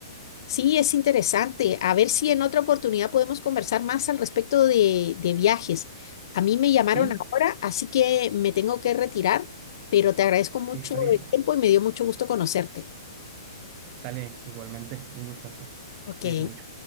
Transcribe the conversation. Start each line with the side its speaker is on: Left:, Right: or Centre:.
Left: Sí, es interesante. A ver si en otra oportunidad podemos conversar más al respecto de, de viajes. A mí me llamaron
Right: Sí,
Left: ahora, así que me tengo que retirar, pero te agradezco mucho
Right: sí, está bien.
Left: el tiempo y me dio mucho gusto conocerte.
Right: Sale igualmente, un gustazo.
Left: Ok.
Right: Cuídese mucho.